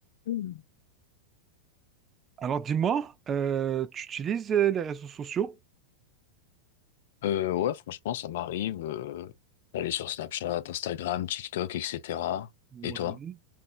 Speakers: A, on the left; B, on the right.
A: Mhm.
B: Alors dis-moi, euh, tu utilises euh, les réseaux sociaux?
A: Euh, ouais, franchement, ça m'arrive euh, d'aller sur Snapchat, Instagram, TikTok, etc.
B: Oui.
A: Et toi?